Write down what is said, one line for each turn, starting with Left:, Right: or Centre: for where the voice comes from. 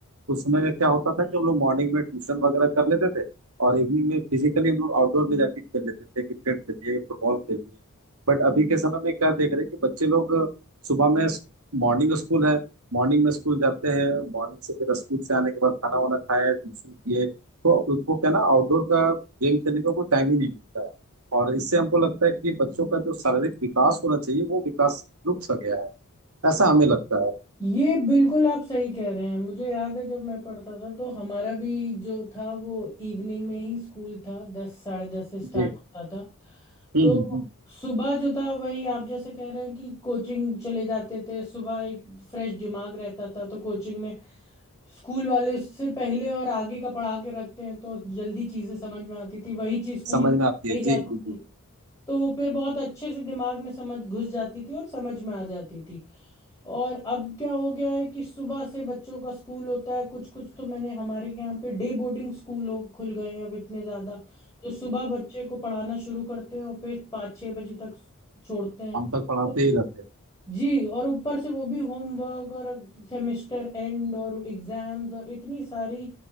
Right: उस समय में क्या होता था कि हम लोग मॉर्निंग में ट्यूशन वगैरह कर लेते थे और इवनिंग में फिजिकली हम लोग आउटडोर में जाके खेल लेते थे क्रिकेट खेलिए फुटबॉल खेलिए बट अभी के समय में क्या देख रहे हैं कि बच्चे लोग सुबह में मॉर्निंग स्कूल है मॉर्निंग में स्कूल जाते हैं मॉर्निंग से फिर स्कूल से आने के बाद खाना वाना खाया ट्यूशन किए तो उनको क्या ना आउटडोर का गेम खेलने का कोई टाइम ही नहीं मिलता है और इससे हमको लगता है कि बच्चों का जो शारीरिक विकास होना चाहिए वो विकास रुक सा गया है ऐसा हमें लगता है
Left: ये बिल्कुल आप सही कह रहे हैं मुझे याद है जब मैं पढ़ता था तो हमारा भी जो था वो इवनिंग में ही स्कूल था दस साढ़े दस से स्टार्ट
Right: जी
Left: होता था
Right: हम्म
Left: तो
Right: हम्म, हम्म।
Left: सुबह जो था वही आप जैसे कह रहे हैं कि कोचिंग चले जाते थे सुबह एक फ्रेश दिमाग रहता था तो कोचिंग में स्कूल वाले उससे पहले और आगे का पढ़ा के रखते हैं तो जल्दी चीज़ें समझ में आती थी वही चीज़ स्कूल
Right: समझ
Left: में
Right: में आती
Left: नहीं
Right: है
Left: जाती
Right: जी जी जी
Left: थी तो वो फिर बहुत अच्छे से दिमाग में समझ घुस जाती थी और समझ में आ जाती थी और अब क्या हो गया है कि सुबह से बच्चों का स्कूल होता है कुछ कुछ तो मैंने हमारे यहाँ पे डे बोर्डिंग स्कूल हो खुल गए हैं अब इतने ज़्यादा जो सुबह बच्चे को पढ़ाना शुरू करते हैं और फिर पाँच छः बजे तक छोड़ते हैं
Right: हम तक पढ़ाते
Left: तो
Right: ही रहते हैं
Left: जी और ऊपर से वो भी होमवर्क और सेमेस्टर एंड और एग्जाम्स और इतनी सारी